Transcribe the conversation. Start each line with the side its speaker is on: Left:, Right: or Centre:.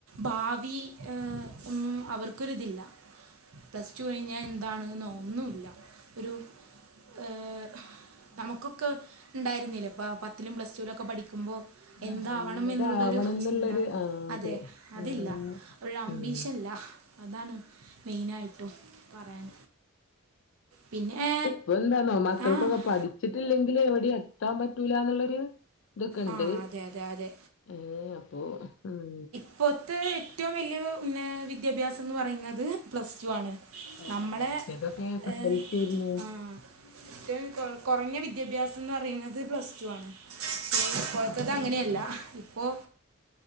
Right: ഭാവി ഒന്നും അവർക്കൊരിതില്ല പ്ലസ് ടു കഴിഞ്ഞാ എന്താണ്ന്നൊ ഒന്നുമില്ല ഒരു ഏഹ് നമുക്ക് ക്ക് ഉണ്ടായിരുന്നില്ലേ ഇപ്പ പത്തിലും പ്ലസ്ടുലും ഒക്കെ പഠിക്കുമ്പോ എന്താ
Left: ആഹ് ഇന്നതാവണം
Right: ആവണം എന്നുള്ളൊരു
Left: എന്നുള്ളൊരു
Right: ചിന്ത
Left: ആഹ്
Right: അതെ അതില്ല
Left: ആഹ്
Right: ഒരു അംബീഷൻല്ല
Left: ഉം
Right: അതാണ് മെയിനായിട്ടും പറയാൻ പിന്നെ
Left: ഇപ്പൊ എന്താന്നോ മക്കൾക്കൊക്കെ
Right: ആ
Left: പഠിച്ചിട്ടില്ലെങ്കിൽ എവിടെയും എത്താൻ പറ്റൂല എന്നുള്ളൊരു ഇതൊക്കെണ്ട്
Right: ആ അതെ അതെ അതെ
Left: ഏഹ് അപ്പോ ഉം
Right: ഇപ്പോത്തെ ഏറ്റവും വലിയ ഉന്ന വിദ്യാഭ്യാസം എന്ന് പറയുന്നത് പ്ലസ് ടു ആണ്
Left: അവര്
Right: നമ്മളെ
Left: മറ്റേതൊക്കെ എസസൽസിയായിരുന്നു
Right: ഏഹ് ആഹ് ഏറ്റവും കൊറഞ്ഞ വിദ്യാഭ്യാസം എന്ന് പറയുന്നത് പ്ലസ് ടു ആണ് ഇപോത്തത് അങ്ങനെയല്ല ഇപ്പൊ